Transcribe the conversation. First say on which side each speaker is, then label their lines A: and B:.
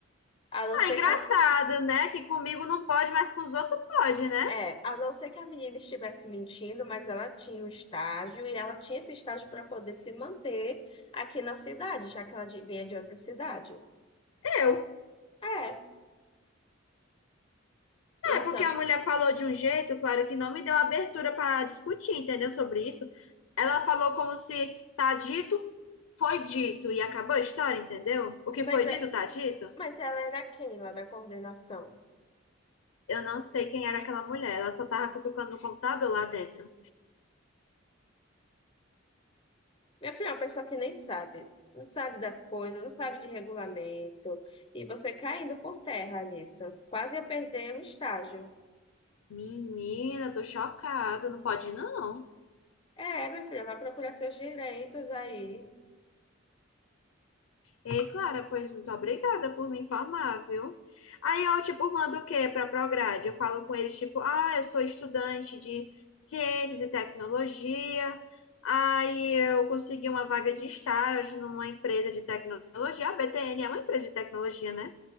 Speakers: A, on the left; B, on the left.
A: A não
B: Ah,
A: ser
B: engraçado,
A: que ela,
B: né? Que comigo não pode, mas com os outros pode, né?
A: é, a não ser que a menina estivesse mentindo, mas ela tinha um estágio e ela tinha esse estágio para poder se manter aqui na cidade, já que ela de- vinha de outra cidade.
B: Eu.
A: É,
B: É
A: então,
B: porque a mulher falou de um jeito, claro, que não me deu abertura para discutir, entendeu? Sobre isso. Ela falou como se tá dito, foi dito e acabou a história, entendeu? O que
A: mas,
B: foi
A: é,
B: dito, tá dito.
A: mas ela era quem lá da coordenação?
B: Eu não sei quem era aquela mulher, ela só tava cutucando no computador lá dentro.
A: Meu filho é uma pessoa que nem sabe, não sabe das coisas, não sabe de regulamento, e você caindo por terra nisso, quase ia perder um estágio.
B: Menina, tô chocada, não pode não.
A: É, minha filha, vai procurar seus direitos aí.
B: Ei, Clara, pois muito obrigada por me informar, viu? Aí eu, tipo, mando o quê para a Prograde? Eu falo com eles, tipo, ah, eu sou estudante de ciências e tecnologia. Aí eu consegui uma vaga de estágio numa empresa de tecnologia. A BTN é uma empresa de tecnologia, né?